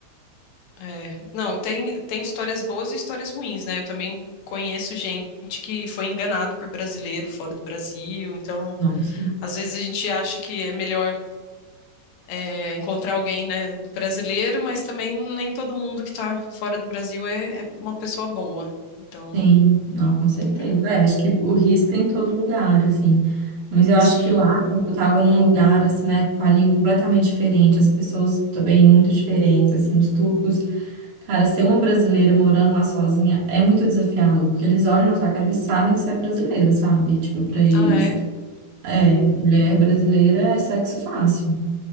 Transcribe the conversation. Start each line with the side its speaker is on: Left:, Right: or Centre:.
Left: É. Não, tem, tem histórias boas e histórias ruins, né? Eu também conheço gente que foi enganado por brasileiro fora do Brasil. Então,
Right: Nossa.
Left: às vezes a gente acha que é melhor é, encontrar alguém, né, do brasileiro, mas também nem todo mundo que tá fora do Brasil é, é uma pessoa boa. Então,
Right: Sim, não, com certeza.
Left: é.
Right: É, acho que o risco tem em todo lugar, assim. Mas eu acho
Left: Sim.
Right: que lá, quando eu tava num lugar, assim, né, com a língua completamente diferente, as pessoas também muito diferentes, assim, os turcos. Cara, ser uma brasileira morando lá sozinha é muito desafiador, porque eles olham na sua cara, eles sabem que você é brasileira, sabe? Tipo, pra eles,
Left: Ah, é?
Right: é,
Left: Hum,
Right: mulher brasileira é sexo fácil.